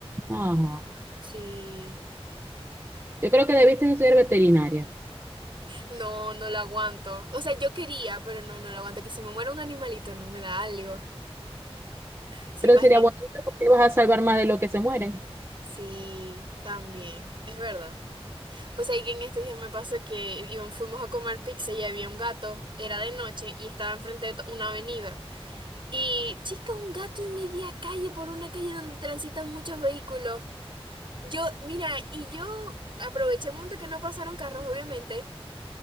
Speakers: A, on the right; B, on the right.
A: Ah,
B: Sí.
A: Yo creo que debiste estudiar veterinaria,
B: No, no lo aguanto. O sea, yo quería, pero no, no lo aguanto. Que se me muera un animalito, no me da algo. ¿Se
A: pero
B: imaginan?
A: sería bonito porque ibas a salvar más de lo que se mueren.
B: Sí, también, es verdad. Pues ahí que en estos días me pasó que íbam- fuimos a comer pizza y había un gato, era de noche y estaba enfrente de to- una avenida. Y, chica, un gato en media calle, por una calle donde transitan muchos vehículos. Yo, mira, y yo aproveché el momento que no pasaron carros, obviamente.